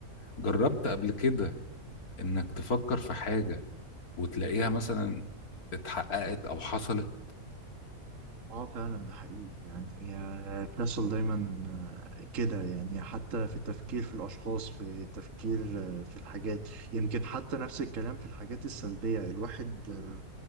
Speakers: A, on the left; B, on the right.
A: جربت قبل كده إنك تفكر في حاجة وتلاقيها مثلا اتحققت أو حصلت
B: اه فعلا ده حقيقي يعني هي بتحصل دايما آه، كده يعني حتى في التفكير في الأشخاص في التفكير آه، في الحاجات يمكن حتى نفس الكلام في الحاجات السلبية الواحد آه،